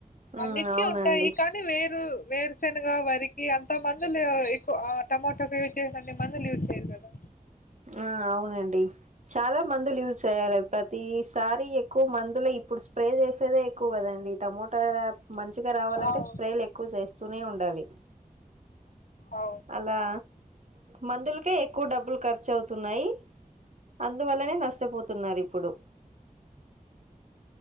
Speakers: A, on the right (about 55°); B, on the left (about 75°).
A: ఉమ్
B: అన్నిటికీ
A: అవునండి
B: ఉంటాయి కానీ వేరు వేరుశనగా వరికి అంత మందులు ఎక్కువ టమాటకి యూజ్ చేసిన అన్ని మందులు యూజ్ చేయ్యరు కదా
A: ఆ అవునండి చాలా మందులు యూజ్ చేయాలి ప్రతిసారి ఎక్కువ మందులు ఇప్పుడు స్ప్రే చేసేదే ఎక్కువ కదండి టమోట మంచిగా రావాలంటే
B: అవును.
A: స్ప్రేలు ఎక్కువ చేస్తూనే ఉండాలి
B: అవును.
A: అలా మందులకే ఎక్కువ డబ్బులు ఖ ర్చు అవుతున్నాయి అందువల్లనే నష్టపోతున్నారు ఇప్పుడు <inaudible>